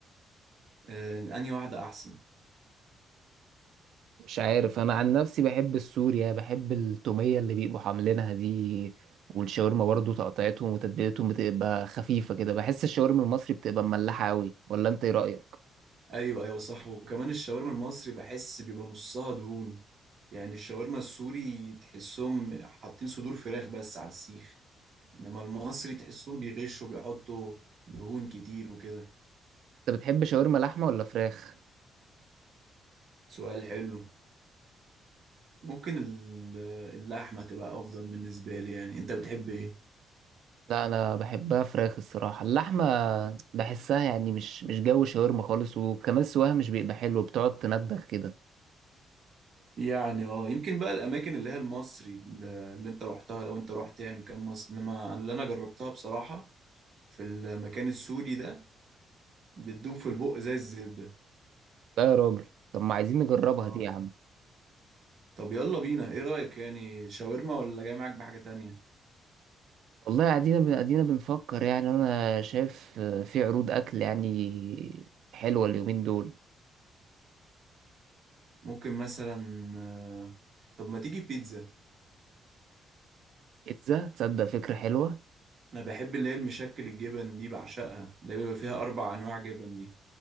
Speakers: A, on the right (about 45°); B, on the right (about 70°).
A: آه انهي واحده احسن
B: مش عارف انا عن نفسي بحب السوريا بحب التوميه اللي بيبقوا عاملينها دي والشاورما برضو تقطيعتهم وتتبيلتهم بتبقى خفيفه كده بحس الشاورما المصري بتبقى مملحه قوي ولا انت ايه رايك
A: ايوه ايوه صح وكمان الشاورما المصري بحس بيبقى نصها دهون يعني الشاورما السوري تحسهم حاطين صدور فراخ بس على السيخ انما المصري تحسهم بيغشوا بيحطوا دهون كتير وكده
B: انت بتحب شاورما لحمه ولا فراخ
A: سؤال حلو ممكن ال- اللحمة تبقى افضل بالنسبة لي يعني انت بتحب ايه
B: لا انا بحبها فراخ الصراحه اللحمه بحسها يعني مش مش جو شاورما خالص وكمان سواها مش بيبقى حلو بتقعد تندخ كده
A: يعني اه يمكن بقى الاماكن اللي هي المصري اللي انت رحتها لو انت رحت يعني مكان مصري انما اللي انا جربتها بصراحة في المكان السوري ده بتدوب في البق زي الزبدة
B: لا يا راجل طب ما عايزين نجربها
A: اه
B: دي يا عم
A: طب يلا بينا ايه رأيك يعني شاورما ولا جاي معاك بحاجة تانية
B: والله قاعدين بن- قاعدين بنفكر يعني انا شايف آه، في عروض اكل يعني حلوه اليومين دول
A: ممكن مثلا آه، طب ما تيجي بيتزا
B: بيتزا تصدق فكره حلوه
A: انا بحب اللي هي المشكل الجبن دي بعشقها اللي بيبقى فيها اربع انواع جبن دي